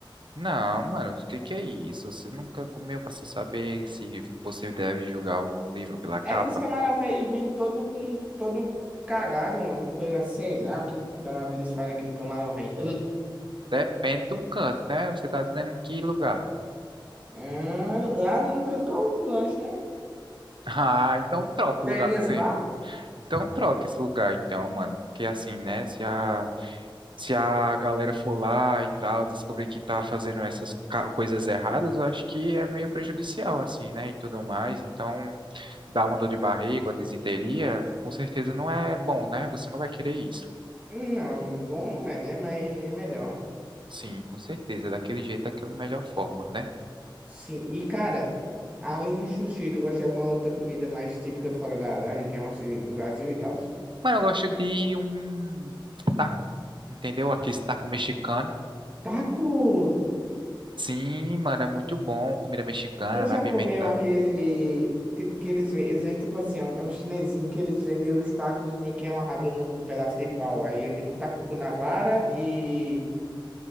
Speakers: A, on the right (about 65°); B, on the right (about 15°).
A: Não, mano, o que que é isso? Você nunca comeu pra você saber se você deve julgar algum livro pela capa?
B: É que os camarão vai, vem todo com todo cagado, alguma coisa, sei lá, o que danado eles fazem naquele camarão aí.
A: Depende do canto, né? Você tá dizendo que lugar.
B: Ah, lá no canto com o lanche, né?
A: <laughs> Ah, então troca
B: Telinhas
A: o lugar que você.
B: Bar?
A: Então troca esse lugar, então, mano. Porque assim, né? Se a se a galera for lá e tal, descobrir que tá fazendo essas ca- coisas erradas, eu acho que é meio prejudicial, assim, né? E tudo mais. Então, dar uma dor de barriga, uma disenteria, com certeza não é bom, né? Você não vai querer isso.
B: Não, bom não é, né? Mas é melhor.
A: Sim, com certeza. Daquele jeito, daquela melhor forma, né?
B: Sim, e cara, além de sushi, tu gosta de alguma outra comida mais típica fora da, da região, assim, do Brasil e tal?
A: Mas eu gosto de um taco, entendeu? Aquele taco mexicano.
B: Taco!
A: Sim, mano, é muito bom. Comida mexicana,
B: Tu já
A: pimenta.
B: comeu aquele, tipo, que eles vendem, eles vendem, tipo assim, é um, é um chinesinho que eles vendem os tacos meio que amarrado num pedaço de pau. Aí é tipo taco com navara e,